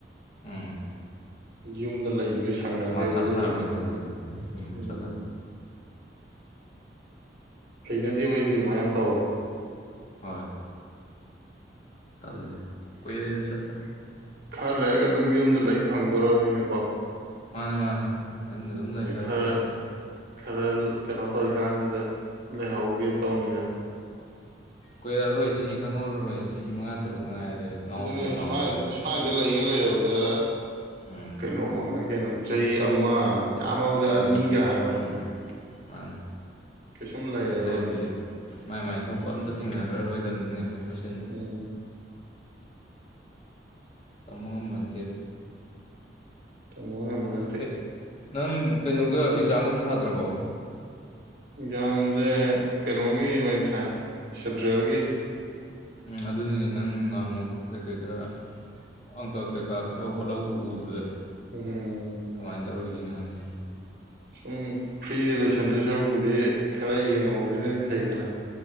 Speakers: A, on the left; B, on the right.
A: ꯎꯝ
B: ꯌꯨꯝꯗ ꯂꯩꯕ ꯁꯪꯅꯗꯦꯕ
A: ꯃꯊꯥ
B: ꯑꯗꯨꯗꯨꯅ
A: ꯁꯥꯔ ꯑꯣꯏꯅ ꯇꯣꯛꯑꯦꯃꯤ ꯌꯨꯝ
B: ꯎꯝ
A: ꯆꯠꯂꯒ
B: ꯍꯩꯅꯗꯦ ꯐꯩꯗꯤ ꯁꯨꯃꯥꯏ ꯌꯥꯝ ꯇꯧꯋ
A: ꯍꯣꯏ ꯇꯜꯂꯦ ꯀꯨꯏꯔꯦ ꯑꯩꯁꯨ ꯆꯠꯇꯕ
B: ꯈꯔ ꯂꯩꯔꯒ ꯑꯗꯨꯝ ꯌꯨꯝꯗ ꯂꯩ ꯐꯪꯗꯣꯔꯔꯕꯅꯤꯅ ꯀꯣ
A: ꯃꯥꯅꯤ ꯃꯥꯅꯤ ꯑꯗꯨꯝ ꯑꯗꯨꯝ ꯂꯩꯗꯔꯕꯅꯦ
B: ꯈꯔ ꯈꯔ ꯀꯩꯅꯣ ꯇꯧꯔꯤꯀꯥꯟꯁꯤꯗ ꯂꯩꯍꯧꯒꯦꯅ ꯇꯧꯅꯤꯗ
A: ꯀꯣꯏꯔꯛꯑꯔꯣꯏ ꯆꯍꯤ ꯈꯪꯍꯧꯔꯔꯣꯏ ꯆꯍꯤ ꯃꯉꯥ ꯇꯔꯨꯛ ꯉꯥꯏꯔꯦ ꯉꯥꯎꯒꯦ
B: ꯑꯗꯨꯅꯦ
A: ꯉꯥꯎꯔꯕꯗ
B: ꯁ꯭ꯋꯥꯏ ꯁ꯭ꯋꯥꯏꯗ ꯂꯩꯒ ꯂꯩꯔꯕꯗ
A: ꯎꯝ
B: ꯀꯩꯅꯣ ꯃꯉꯥꯏ ꯀꯩꯅꯣꯅꯤ ꯆꯍꯤ ꯑꯃ ꯌꯥꯝꯃꯕꯗ
A: ꯑꯅꯤ
B: ꯑꯅꯤꯒ ꯍꯥꯏꯔꯣꯅꯦ
A: ꯎꯝ ꯃꯥꯅꯤ
B: ꯀꯩꯁꯨꯝ ꯂꯩꯔꯔꯣꯏ
A: ꯑꯗꯨꯗꯩꯗꯤ ꯃꯥꯏ ꯃꯥꯏ ꯊꯣꯛꯄ ꯑꯝꯇ ꯊꯦꯡꯅꯈ꯭ꯔꯔꯣꯏ ꯑꯩꯈꯣꯏ ꯃꯁꯦꯟꯕꯨ
B: ꯎꯝ
A: ꯇꯃꯝ ꯃꯇ
B: ꯇꯃ ꯃꯅꯛꯇꯔꯤ
A: ꯑꯦ ꯅꯪ ꯀꯩꯅꯣꯒ ꯑꯦꯛꯖꯥꯝꯒꯨꯝ ꯊꯥꯗ꯭ꯔꯕꯣ
B: ꯌꯥꯝꯁꯦ ꯀꯩꯅꯣꯒꯤ ꯑꯣꯏꯅ ꯊꯥꯏ ꯁꯦꯟꯇ꯭ꯔꯦꯜꯒꯤ
A: ꯎꯝ ꯑꯗꯨꯅꯤꯅꯦ ꯅꯪ ꯅꯍꯃꯨꯛ ꯀꯩꯀꯩ ꯈꯔ ꯑꯪꯀ ꯀꯩꯀꯥ ꯈꯔ ꯍꯣꯠꯍꯧꯕ ꯎꯕꯗꯨꯗ
B: ꯎꯝ
A: ꯀꯃꯥꯏꯅ ꯇꯧꯔꯤꯒꯦꯅꯣ ꯍꯪꯉꯤ
B: ꯁꯨꯝ ꯐ꯭ꯔꯤꯗ ꯂꯣꯏꯁꯟꯗꯣꯏ ꯁꯔꯨꯛꯄꯨꯗꯤ ꯈꯔ ꯌꯦꯡꯍꯧꯕꯁꯤꯅꯗꯤ ꯐꯩꯗꯅ